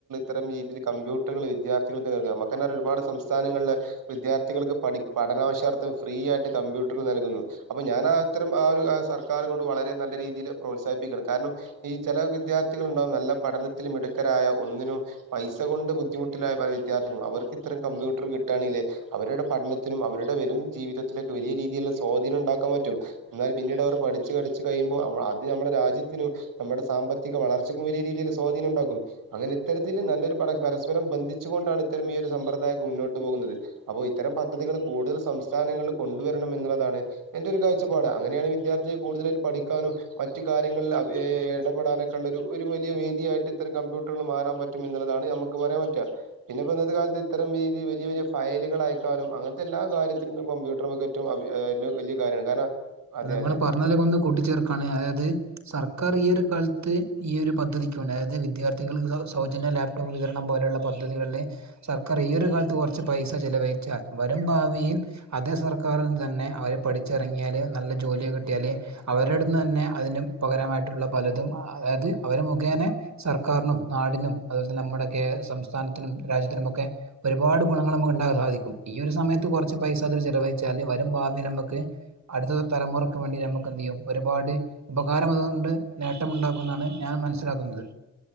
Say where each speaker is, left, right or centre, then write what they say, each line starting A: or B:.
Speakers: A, on the right; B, on the right.
A: ഇരം രീതിയിൽ കമ്പ്യൂട്ടറുകൾ വിദ്യാർത്ഥികൾ നമു ഒരുപാ സംസ്ഥാനങ്ങളിലില് വിദ്യാർത്ഥികൾ പഠനവശർത്ഥം ഫ്രീ ആയിട്ട് കമ്പ്യൂട്ടർ നൽകുന്നു അപ്പ ഞാനാത്തരം ആ ഒരു സർക്കാർ വളരെ നല്ല രീതിൽ പ്രോത്സാഹിപ്പിക്കണം കാരണം ഈ ചില വിദ്യാർത്ഥികള ഉണ്ടാവും നല്ല പഠനത്തിലും എടു ായ ഒന്നിനും പൈസ കൊണ്ട് ബുദ്ധിമുട്ടിലായ പല വിദ്യാർത്ഥികളും അവർക്ക് ഇത്രരം കമ്പ്യൂട്ടർ കിട്ടുകയാണങ്കേ അവരുടെ പഠനത്തിനും അവരുടെ വരും ജീവിതത്തിലക്കെ വലിയ രീതിയിലുള്ള സ്വാധീനം ഉണ്ടാക്കാൻ പറ്റും എന്നാലൽ പിന്നീട് അവർ അച്ച് പടച്ച് കഴിയുമ്പോ അത് നമ്മുടെ രാജ്യത്തി നും നമ്മുടെ സാമ്പത്തിക വളർച്ചക്കും വലിയ രീതിയിൽ സ്വാധീനം ഉണ്ടാക്കും അങ്ങനെ ഇത്തരത്തില്ൽ നല്ലൊരു പരസ്പരം ബന്ധിച്ചു കൊണ്ടാണ് ഇത്തരം ഈ ഒരു സമ്പ്രദായം മുന്നോട്ട് പോകുന്നത് അപ്പോൊ ഇത്തരം പദ്ധതികൾ കൂടുതൽ സംസ്ഥാനങ്ങളിൽ കൊണ്ടുവരണം എന്നുള്ളതാണ് എന്റെ ഒരു കാഴ്ചപ്പാട് അങ്ങനെയാണ് വിദ്യാർത്ഥിയ കൂടുതലായിട്ട പഠിക്കാനും മറ്റു കാര്യങ്ങളിൽ ഇടപെടാനൊക്കെ ഉള്ള ഒരു വലിയ വേദിയായിട്ട് ഇ കമ്പ്യൂട്ടറുകൾ മാറൻ പറ്റും എന്നുള്ളതാണ് നമുക്ക് പറയാൻ പറ്റ പിന്നെ ഇന്നത്തെ കാലത്ത് ഇത്തരം രീതി വലിയ വലിയ ഫയല കളയക്കാനും അങ്ങനത്തെ എല്ലാ കാര്യത്തിലും കമ്പ്യൂട്ടർുംക്ക റ്റ വലിയ കാര്യമാണ് കാരണം അതെ
B: അ നിങ്ങള്ൾ
A: അതെ
B: പറഞ്ഞലക്കെ ഒന്ന് കൂട്ടിച്ചേർക്കാണ് അതായത് സർക്കാർ ഈ ഒരു കാലത്ത് ത്ത് ഈയ ഒരു പദ്ധതിക്കുംണ്ട് അായ വിദ്യാർത്ഥികൾ സൗജന്യ ലാപ്ടോപ്പ് വിതരണം പോലെയുള്ള പദ്ധതികളിൽ സർക്കാർ ഈ ഒരു കാലത്ത് കുറച്ച് പൈസ ചിലവഴിച്ചാൽ വരും ഭാവിയിൽ അതേ സർ ആക്കാരിൽന്ന് തന്നെ അവർ പഠിച്ചിറങ്ങിയാൽ നല്ല ജോലിയ കിട്ടിയാല് അവരുടെടു നിന്ന് തന്നെ അതിന് പകരമായിട്ട പലതും അതായത് അവ മുഖേന സർക്കാരിനും നാടിനും അതുപോലെ തന്നെ നമ്മുടെ സംസ്ഥാന ാനത്തിും രാ്ജി ത്തിനൊക്കെ ഒരുപാട് ഗുണങ്ങൾ നമു ഉണ്ടാൻ സാധിക്കും ഈ ഒരു സമയത്ത് കുറച്ച് പൈസ അൊ ചിലവ വല് വരും ഭാവി നമുക്ക് അടുത്ത തലമുറക്ക് വേണ്ടി നമുക്ക് എന്ത് ചെയ്യും ഒരുപാട് ഉപകാരം ണ്ട് നേട്ടമുണ്ടാക്കുമുന്നാണ് ഞാൻ മനസ്സിലാക്കുന്നത്